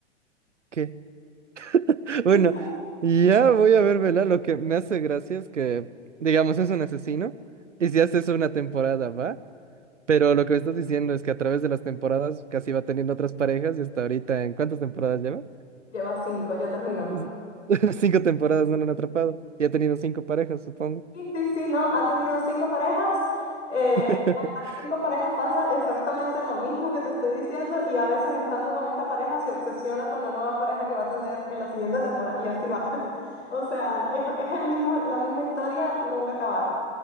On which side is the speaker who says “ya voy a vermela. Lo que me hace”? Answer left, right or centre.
Right